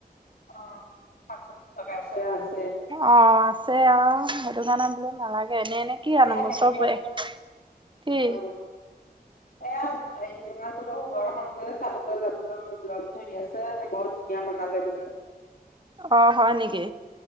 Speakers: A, on the left (about 65°); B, on the right (about 30°).
A: অ শাক চবজি লগাইছো ।
B: অ আছে অ সেইটো কাৰণে বোলো, নালাগে এনেই এনেই কি
A: এয়া
B: আন গো
A: হেৰিয়ত
B: চবে, <unintelligible> কি?
A: অ এয়া এইজ ঘৰখন যে চাবলৈ যাবলৈ লগ ধৰি আছে বৰ ধুনীয়া বনালে বোলে।
B: অ হয় নেকি?